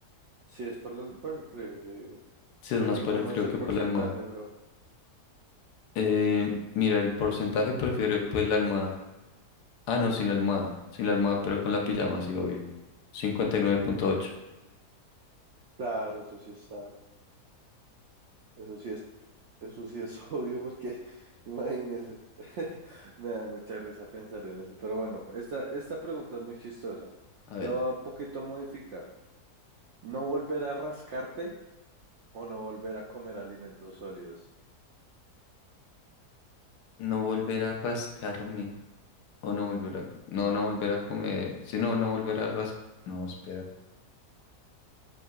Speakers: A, on the right; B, on the left.
A: Sí, es por, la- por el frío, yo digo.
B: Sí, es más
A: ¿Y
B: por
A: cómo
B: el frío
A: es el
B: que
A: porcentaje,
B: por la almohada.
A: bro?
B: Eh, mira, el porcentaje prefiere pues la almohada. Ah, no, sin la almohada. Sin la almohada, pero con la pijama, sí, obvio. Cincuenta y nueve punto ocho.
A: Claro, eso sí está. Eso sí es, eso sí es <laughs> obvio, porque <laughs> imagínese. <laughs> Me da mucha risa pensar en eso. Pero bueno, esta, esta pregunta es muy chistosa.
B: A ver,
A: La voy a un poquito modificar. ¿No volver a rascarte o no volver a comer alimentos sólidos?
B: no volver a rascarme. O no volver a... co- No, no volver a comer. Si no, no volver a ras... No, espera.